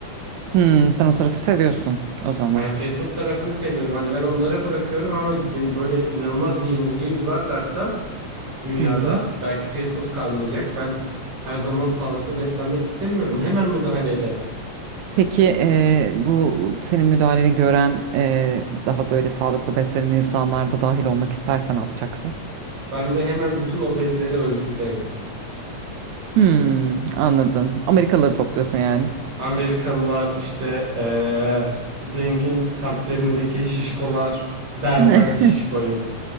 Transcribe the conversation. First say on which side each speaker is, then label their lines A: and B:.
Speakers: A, on the right; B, on the right.
A: Hmm, sen o tarafı seviyorsun o zaman.
B: Ben fast food tarafını seviyorum. Hani ben onlara bırakıyorum ama de- böyle inanılmaz bir yenilgiye uğrarlarsa dünyada
A: Hı hı.
B: belki fast food kalmayacak. Ben her zaman sağlıklı beslenmek istemiyorum. Hemen müdahale ederim.
A: Peki eee, bu senin müdahaleni gören eee, daha böyle sağlıklı beslenen insanlar da dahil olmak istersen ne yapacaksın?
B: Ben de hemen bütün obezleri örgütlerim.
A: Hmm, anladım. Amerikalıları topluyorsun yani.
B: Amerikalılar işte eee, zengin semtlerindeki şişkolar ben
A: <laughs>
B: ben de şişkoyum.